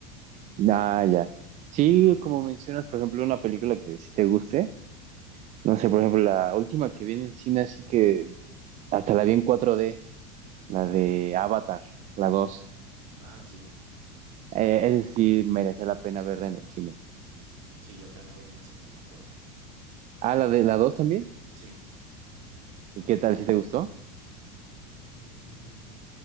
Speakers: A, on the right; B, on the right.
A: Ah, ya. Sí, como mencionas, por ejemplo, una película que sí te guste. No sé, por ejemplo, la última que vi en el cine, así que hasta la vi en cuatro d la de Avatar, la dos
B: Ah, sí,
A: Eh, esa sí merecía la pena verla en el cine.
B: sí, yo también la vi en el cine, me acuerdo.
A: Ah, la de la 2 también.
B: Sí,
A: ¿Y qué tal? ¿Sí te gustó?
B: Mm,